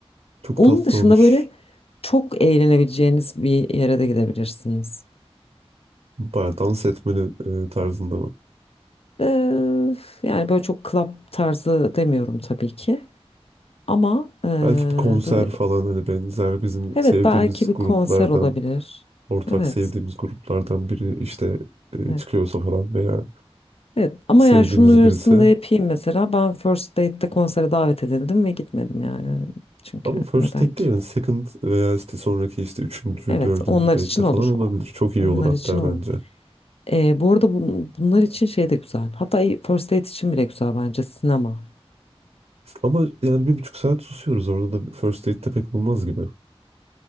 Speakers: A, on the right; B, on the left.
A: Çok
B: Onun
A: tatlı
B: dışında
A: olur.
B: böyle çok eğlenebileceğiniz bir yere de gidebilirsiniz.
A: Bayağı dans etmeli e, tarzında mı?
B: Ee, yani böyle çok club tarzı demiyorum tabii ki. Ama ee,
A: Belki bir konser
B: böyle
A: falan hani benzer bizim
B: evet
A: sevdiğimiz
B: belki bir
A: gruplardan,
B: konser olabilir.
A: ortak
B: Evet.
A: sevdiğimiz gruplardan biri işte e,
B: Evet.
A: çıkıyorsa falan veya
B: Evet. Ama
A: sevdiğimiz
B: yani şunun uyarısını
A: birisi.
B: da yapayım mesela. Ben First Date'de konsere davet edildim ve gitmedim yani. Hani Çünkü
A: Ama first
B: neden
A: date
B: ki?
A: değil yani second veya işte sonraki işte üçüncü,
B: Evet,
A: dördüncü
B: onlar
A: date'te
B: için
A: falan
B: olur.
A: olabilir. Çok iyi
B: Onlar
A: olur hatta
B: için olur.
A: bence.
B: Ee, bu arada bun- bunlar için şey de güzel. Hatta First Date için bile güzel bence sinema.
A: Ama yani bir buçuk saat susuyoruz orada da first date'te pek olmaz gibi.